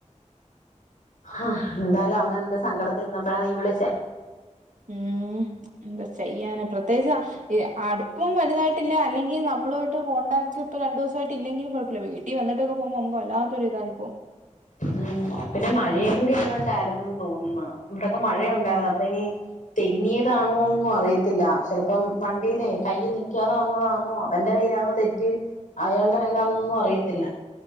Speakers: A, on the left (about 90°); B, on the right (about 75°).
A: ഹ്ആ എന്തായാലും അങ്ങനെ ഇണ്ട് സങ്കടം - ത് ഇര്ന്നപ്പഴാ നീ വിളിച്ചേ
B: ഉം എന്ത്‌ ചെയ്യാൻ പ്രത്യേകിച്ച് ഇ അടുപ്പും വലുതായിട്ടില്ല അല്ലെങ്കിൽ നമ്മളു ആയിട്ട് കോൺടാക്ട് ഇപ്പ രണ്ടു ദിവസമായിയിട്ട് ഇല്ലെങ്കിലും കൊഴപ്പയില്ല വീട്ടിൽ വന്നിട്ടൊക്കെ പോകുമ്പോ നമുക്ക് വല്ലാത്തൊര് ഇതായി പോവും.
A: ഉം പിന്നെ മഴയും കൂടി അങ്ങാണ്ടായ <unintelligible> തോന്നുന്നോ ഇവിടയൊക്കെ മഴയുണ്ടായിരുന്നു അപ്പൊ ഇനി തെന്നിയതാണോന്നൊന്നും അറിയത്തില്ല ചെലപ്പം- വണ്ടിയിലേ കൈയിൽ നിൽക്കാതെ വന്നതാണോ അവന്റെ കയ്യിയിലാണോ തെറ്റ് അയാളുടെ കയ്യിലാന്നൊന്നും അറിയത്തില്ല